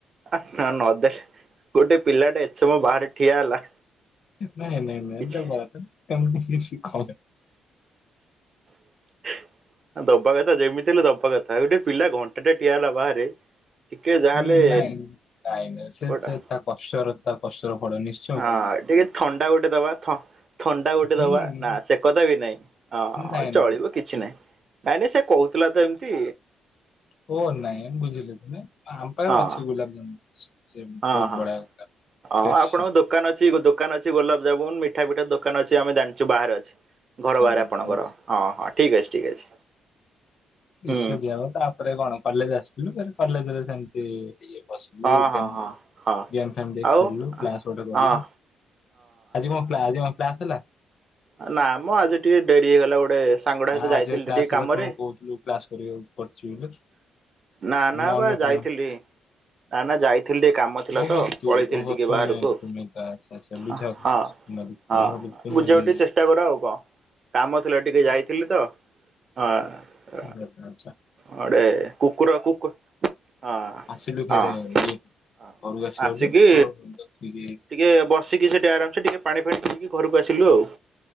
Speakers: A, on the right; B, on the left.
A: ଆ ନା ନଦେ ଗୋଟେ ପିଲାଟେ ଏତେ ସମୟ ବାହାରେ ଠିଆ ହେଲା
B: <unintelligible>
A: କିଛି <inaudible> ଆ ଦବା କଥା ଯେମିତି ହେଲେ ଦବା କଥା ଗୋଟେ ପିଲା ଘଣ୍ଟାଟେ ଠିଆ ହେଲା ବାହାରେ ଟିକେ ଯାହାହେଲେ
B: ହୁଁ ନାଇଁ ନାଇଁ ନାଇଁ ସେ
A: ଗୋଟା
B: ସେ ତା କଷ୍ଟର ତା କଷ୍ଟର ଫଳ ନିସ୍ଚ
A: ହଁ ଟିକେ ଥଣ୍ଡା ଗୋଟେ ଦବା ଥ ଥଣ୍ଡା
B: ହୁଁ,
A: ଗୋଟେ ଦବା ନା ସେକଥାବି ନାଇଁ ଅଁ
B: ନାଇଁ
A: ଚଳିବ
B: ନାଇଁ
A: କିଛି ନାହିଁ। ନାଇଁ ନାଇଁ ସେ କହୁଥିଲାତ ଏମିତି।
B: ଫୋନ୍ ନାଇଁ ବୁଝିଲେ ତମେ ଆମ ପାଖରେ
A: ହଁ
B: ଅଛି ଗୁଲାପଜାମୁ ସେ
A: ହଁ
B: ବହୁତ
A: ହଁ
B: ବଢିଆ ଗୁଲାବଜାମୁନ ଟେଷ୍ଟି
A: ହ ଆପଣଙ୍କ ଦୋକାନ ଅଛି ଦୋକାନ ଅଛି ଗୋଲାପଜାମୁନ୍ ମିଠା ପିଠା ଦୋକାନ ଅଛି ଆମେ ଜାଣିଚୁ ବାହାରେ ଅଛି। ଘର ବାହାରେ
B: ଆଚ୍ଛା
A: ଆପଣଙ୍କର
B: ଆଚ୍ଛା
A: ହଁ ହଁ ଠିକ୍ ଅଛି ଠିକ୍ ଅଛି।
B: ବିସିବି
A: ହୁଁ
B: ଦିଆହବ ତାପରେ କଣ କଲେଜ୍ ଆସିଥିଲୁ ଫେରେ କଲେଜରେ ସେମି ଇ ଟିକେ ବସିଲୁ
A: ହଁ ହଁ
B: ଗେମ୍
A: ହଁ ହଁ।
B: ଗେମ୍ ଫେମ୍ ଟିକେ
A: ଆଉ
B: ଖେଳିଲୁ
A: ହଁ
B: କ୍ଲାସ୍ ଗୋଟେ କଲୁ।
A: ହଁ
B: ଆଜି କଣ ପ୍ଲା ଆଜି କଣ କ୍ଲାସ ହେଲା?
A: ଆ ନାମ ଆଜି ଟିକେ ଡେରି ହେଇଗଲା ଗୋଟେ ସାଙ୍ଗଟା ସହିତ
B: ହଁ
A: ଯାଇଥିଲି
B: ଆଜିବା କ୍ଲାସ୍
A: ଟିକେ କାମରେ
B: ହେଲା କଣ କହୁଥିଲୁ କ୍ଲାସ୍ କରିବାକୁ କରିଚି ବୋଲି?
A: ନା ନା
B: ମନେ
A: ବା
B: ପଡିଲାନି।
A: ଯାଇଥିଲି ନା ନା ଯାଇଥିଲି ଟିକେ କାମ ଥିଲାତ
B: ଓହୋ ତୁ
A: ପଳେଇଥିଲି
B: ଓହୋ
A: ଟିକେ
B: ତୁମେ
A: ବାହାରକୁ
B: ତୁମେ ତ ଆଚ୍ଛା ଆଚ୍ଛା ବୁଝା
A: ଆଉ
B: ତୁମେ
A: ହଁ। ହଁ
B: ବି- ତୁମେ
A: ହଁ
B: ଭାବିଲି ତୁମେ
A: ବୁଝିବାକୁ
B: ବି
A: ଟିକେ
B: ହୁଁ,
A: ଚେଷ୍ଟା କର ଆଉ କଣ କାମ ଥିଲା ଟିକେ ଯାଇ ଥିଲିତ ହଁ।
B: <unintelligible>
A: ଗୋଟେ କୁକୁର କୁକୁର ହଁ
B: ଆସିଲୁ ଫରେ
A: ହଁ।
B: ଇଏ
A: ହଁ।
B: ଘରୁ ଆସିିଗଲୁ
A: ଆସିକି
B: ତ ବସିକି
A: ଟିକେ ବସିକି ସେଠି ଆରାମେସ୍ ଟିକେ ପାଣି ଫାଣି ପଇକି ଘରକୁ ଆସିଲୁ ଆଉ।